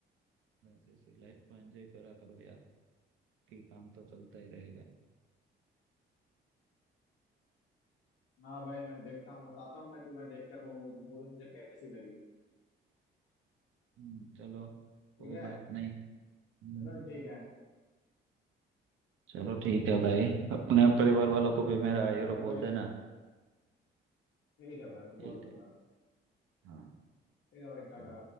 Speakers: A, on the right; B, on the left.
A: बस ऐसे लाइफ को एंजॉय करा करो यार कि काम तो चलता ही रहेगा
B: हाँ भाई मैं देखता हूँ बताता हूँ मैं तुम्हें देखकर वो मूवी मुझे कैसी लगी
A: हम्म, चलो कोई
B: ठीक है
A: बात नहीं हम्म,
B: चलो ठीक है
A: चलो ठीक है भाई अपने परिवार वालों को भी मेरा ये
B: ठीक
A: लो
B: है
A: बोल
B: भाई
A: देना
B: ठीक है भाई मैं
A: ठीक
B: बोल दूंगा
A: है हाँ
B: ठीक है भाई टाटा
A: चलो